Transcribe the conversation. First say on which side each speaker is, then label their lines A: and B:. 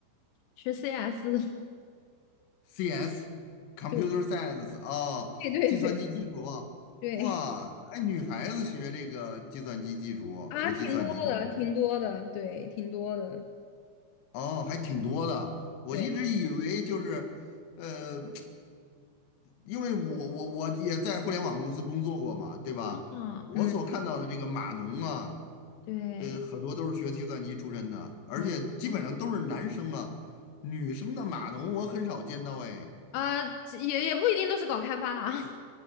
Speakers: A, on the left (about 80°); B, on the left (about 65°).
A: 学 CS 的，
B: ？CS，Computer
A: 对
B: Science，哦，
A: 对对对。
B: 计算机技术，
A: 对
B: 哇，哎，女孩子学这个计算机技术，
A: 啊，
B: 学计算机啊，
A: 挺多的，挺多的，对，挺多的，
B: 哦，还挺多的。我一直以为就是，
A: 对，
B: 呃。因为我我我也在互联网公司工作过嘛，对吧？
A: 啊，
B: 我所看到的这个码农啊，
A: 嗯，对，
B: 这很多都是学计算机出身的，而且基本上都是男生啊，
A: 嗯，嗯
B: 女生的码农我很少见到哎。
A: 啊，也也不一定都是搞开发啦。<laughs>